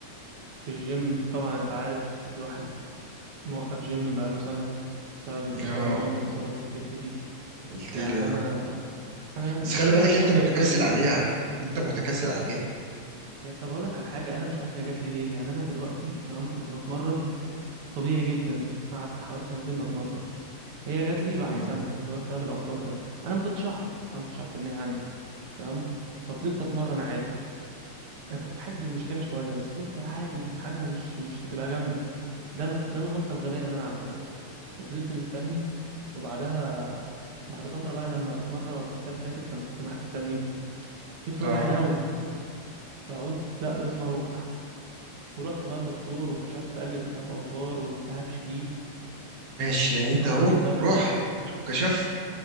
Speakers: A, on the right; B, on the right.
A: في الجيم طبعا انت عارف الواحد موقف جيم بقاله سنة بسبب الإصابة
B: اه
A: أم الإصابة اللي في الكتف دي
B: قلت
A: يعني
B: لي اه
A: أنا انا المشكله
B: بس خلي بالك
A: مش
B: انت
A: عارف
B: متكاسل
A: هي جات لي ليه
B: عليها انت متكاسل عليها
A: يا طب اقول لك على حاجه انا مش عارف هي جات لي ليه يعني انا دلوقتي تمام كنت بتمرن طبيعي جدا قعدت حوالي سنتين بتمرن هي جات لي بعد
B: امم
A: سنه اللي هو التهاب الاوتار ده انا ما كنتش اعرف انا ما كنتش اعرف ان هي عندي تمام ففضلت اتمرن عادي انا كنت حاسس بالمشكله شويه بس قلت عادي يعني حاجه مش مش هتبقى جامده ده الغ... ده الغلطه الغبيه اللي انا عملتها وفضلت مستني وبعدها بعد فتره بقى لما في مره من السنه اللي فاتت لما كنت معاك في التمرين كتفي
B: اه
A: وجعني قوي فقلت لا لازم اروح ورحت بقى للدكتور وكشفت قال لي التهاب اوتار والتهاب شديد
B: ماشي يعني
A: طب
B: انت
A: اعمل
B: اهو
A: ايه طيب يا جدعان
B: رحت وكشفت